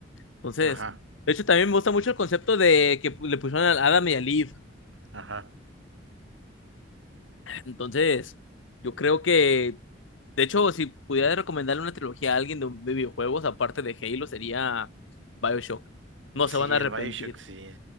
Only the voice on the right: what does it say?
Ajá,
ajá.
Sí,
el Bioshock, sí.